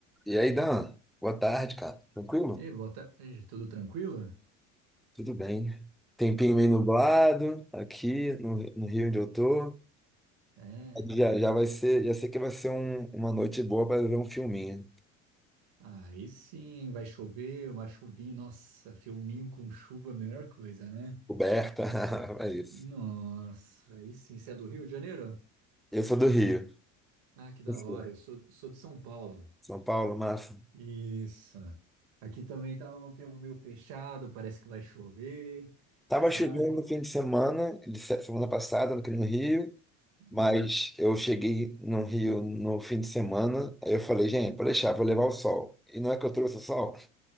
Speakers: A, in the centre; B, on the right (about 70°).
A: E aí, Dan? Boa tarde, cara. Tranquilo?
B: E aí, boa tarde, tudo tranquilo?
A: Tudo bem. Tempinho meio nublado aqui no, no Rio onde eu tô.
B: É,
A: Já, já vai ser, já sei que vai ser um- uma noite boa para ver um filminho.
B: aí sim, vai chover, uma chuvinha, nossa, filminho com chuva, é a melhor coisa, né?
A: Coberta, <laughs> é isso.
B: Nossa, aí sim, você é do Rio de Janeiro?
A: Eu sou do Rio.
B: Ah, que da
A: Você?
B: hora, eu sou, sou de São Paulo.
A: São Paulo, massa.
B: Isso. Aqui também tá um tempo meio fechado, parece que vai chover,
A: Tava
B: sabe?
A: chovendo no fim de semana, de se- semana passada aqui no Rio,
B: Hum,
A: mas eu cheguei no Rio no fim de semana, aí eu falei, gente, pode deixar, vou levar o sol. E não é que eu trouxe o sol?